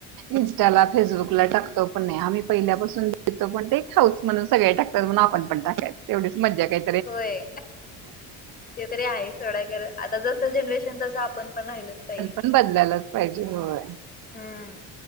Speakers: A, on the right; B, on the left.
A: इन्स्टॉला फेसबुकला टाकतो पण नाही. आम्ही पहिल्यापासून देतो पण ते एक हाऊस म्हणून सगळे टाकतो. करून आपणं टाकायचं तेवढीचं मजा काय?
B: होय ते तरी आहेचं. सय <inaudible> आता जसं जनरेशन तसं आपण पण राहिलच. पाहिजे.
A: पण पण बदलायलाचं पाहिजे होय.
B: हम्म